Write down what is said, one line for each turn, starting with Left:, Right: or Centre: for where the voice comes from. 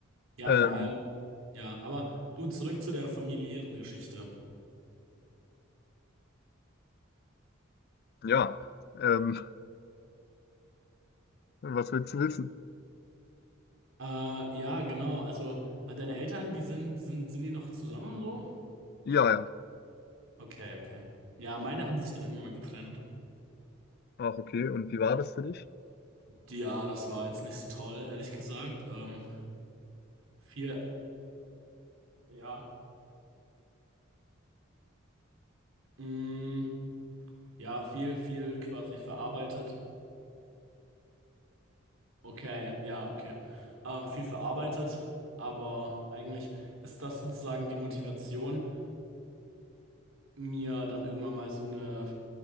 Right: ja,
Left: Ähm,
Right: vor allem, ja. Aber du, zurück zu der familiären Geschichte.
Left: ja, ähm, was willst du wissen?
Right: Äh, ja, genau. Also, äh, deine Eltern, die sind, die sind, sind die noch zusammen so?
Left: Ja, ja.
Right: Okay, okay. Ja, meine haben sich dann irgendwann mal getrennt.
Left: Ach, okay. Und wie war das für dich?
Right: Ja, das war jetzt nicht so toll, ehrlich gesagt. Ähm, viel, ja, mh, ja, viel, viel quasi verarbeitet. Okay, ja, okay. Ähm, viel verarbeitet, aber eigentlich ist das sozusagen die Motivation, mir dann irgendwann mal so eine,